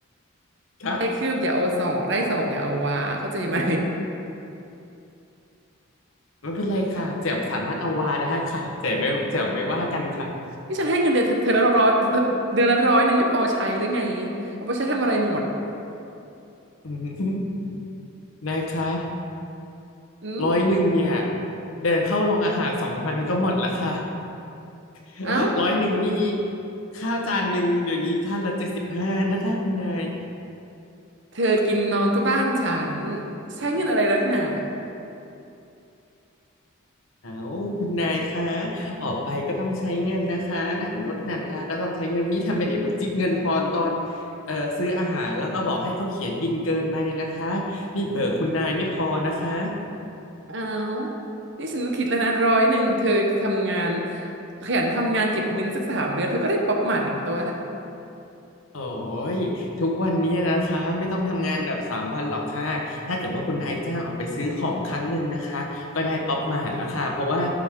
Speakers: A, on the left (about 80°); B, on the right (about 55°).
A: ค่ะ
B: ได้คืบอย่าเอาศอกได้ศอกอย่าเอาวาเข้าใจไหม
A: ไม่เป็นไรค่ะแจ๋วสามารถเอาวาได้ค่ะแจ๋วไม่แจ๋วไม่ว่ากันค่ะ <laughs>
B: นี่ฉันให้เงินเดือนเธอเธอละร้อยเดือนละร้อยหนึ่งไม่พอใช้หรือไงเอาไปใช้ทำอะไรหมด
A: อืมนะคะ
B: อืม
A: ร้อยหนึ่งเนี่ย เดินเข้าโรงอาหารสองวันก็หมดแล้วค่ะ <laughs>
B: เอ้า
A: ร้อยหนึ่งนี่ข้าวจานหนึ่งเดี๋ยวนี้จานละเจ็ดสิบห้านะคะคุณนาย
B: เธอกินนอนก็บ้านฉันใช้เงินอะไรนักหนา
A: เอาคุณนายคะออกไปก็ต้องใช้เงินนะคะหนังรถหนังลา ก็ต้องใช้เงินนี่ทำไมเด็กมาจิกเงินทอนตอนเอ่อซื้ออาหารแล้วก็บอกให้เขาเขียนบิลเกินมาเนี่ยนะคะนี่เบอร์คุณนายไม่พอนะคะ
B: อ้าว นี่ฉันคิดแล้วนะร้อยหนึ่งเธอทำงานขยันทำงานเก็บเงินสักสามเดือนเธอก็ได้ป๊อปหมาดหนึ่งตัวละ
A: โอ้ยทุกวันนี้นะคะไม่ต้องทำงานแบบสามวันหรอกค่ะถ้าเกิดว่าคุณนายจ้างออกไปซื้อของครั้งหนึ่งนะคะก็ได้ป๊อปมาหารราคาเพราะว่า